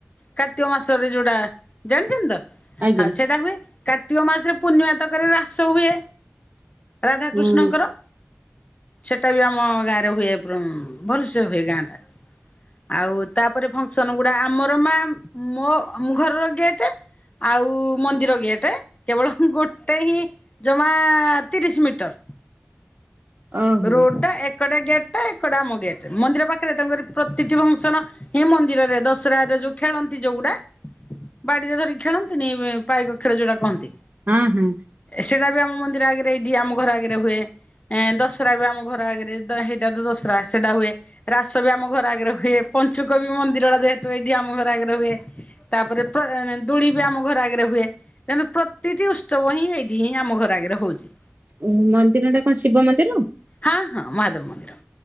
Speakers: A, on the left; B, on the right.
A: କାର୍ତ୍ତିକ ମାସରେ ଯୋଉଟା ଜାଣିଛନ୍ତି ତ
B: ଆଜ୍ଞା।
A: ହଁ ସେଇଟା ହୁଏ। କାର୍ତ୍ତିକ ମାସରେ ପୂର୍ଣ୍ଣିମାତକରେ ହ୍ରାସ ହୁଏ ରାଧାକୃଷ୍ଣଙ୍କର।
B: ହଁ
A: ସେଟା ବି ଆମ ଗାଁ ରେ ହୁଏ ପ୍ରଣ ଭଲସେ ହୁଏ ଗାଁ ଟା। ଆଉ ତାପରେ ଫଙ୍କସନ ଗୁଡା ଆମର ମା ମୋ ମ ଘରର ଗେଟେ ଆଉ ମନ୍ଦିର ଗେଟେ କେବଳ ଗୋଟେ ହିଁ ପା ଆ ତିରିଶି ମିଟର।
B: ଓହୋ।
A: ରୋଡ ଟା ଏକଟେ ଗେଟେ ଏପଟେ ଆମ ଗେଟ୍ ମନ୍ଦିର ପାଖରେ ତାଙ୍କର ପ୍ରତିଟି ଫଙ୍କସନ ଇ ମନ୍ଦିରରେ ଦଶରା ରେ ଯୋଉ ଖେଳନ୍ତି ଯୋଉଗୁଡା ବାଡିରେ ଧରିକି ଖେଳନ୍ତିନି ବା ପାଇକ ଖେଳ ଯୋଉଟା କହନ୍ତି।
B: ହଁ ହଁ
A: ସେଇଟା ବି ଆମ ମନ୍ଦିର ଆଗରେ ଏଇଠି ଆମ ଘର ଆଗରେ ହୁଏ ଏ ଦଶ ଦଶରା ବି ଆମ ଘର ଆଗରେ ଦ ହେଇଟା ତ ଦଶରା ସେଟା ହୁଏ। ରାସ ବି ଆମ ଘର ଆଗରେ ହୁଏ ପଞ୍ଚୁକ ବି ମନ୍ଦିର ଟା ଯେହେତୁ ଏଇଠି ଆମ ଘର ଆଗରେ ହୁଏ। ତାପରେ ପ ଦୋଳି ବି ଆମ ଘର ଆଗରେ ହୁଏ। ତା ମାନେ ପ୍ରତିଟି ଉତ୍ସବ ହିଁ ଏଇଠି ହିଁ ଆମ ଘର ଆଗରେ ହଉଚି।
B: ଉହୁଁ ମନ୍ଦିର ଟା କଣ ଶିବ ମନ୍ଦିର?
A: ହଁ ହଁ ମହାଦେବ ମନ୍ଦିର।